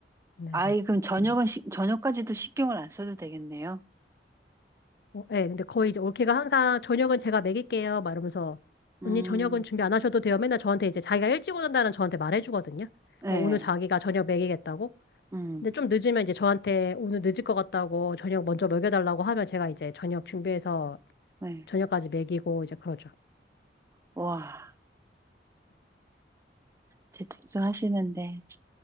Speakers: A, on the left (about 60°); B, on the right (about 15°).
A: 네네.
B: 아이, 그럼 저녁은,
A: 음.
B: 시, 저녁까지도 신경을 안 써도 되겠네요.
A: 어, 예, 근데 거의 이제 올케가 항상 저녁은 제가 먹일게요. 막 이러면서
B: 음,
A: 언니 저녁은 준비 안 하셔도 돼요. 맨날 저한테 이제 자기가 일찍 오는다는 저한테 말해주거든요.
B: 네,
A: 어, 오늘 자기가 저녁 먹이겠다고.
B: 음,
A: 근데 좀 늦으면 이제 저한테 오늘 늦을 것 같다고 저녁 먼저 먹여달라고 하면 제가 이제 저녁 준비해서
B: 네.
A: 저녁까지 먹이고 이제 그러죠.
B: 와, 재택도 하시는데.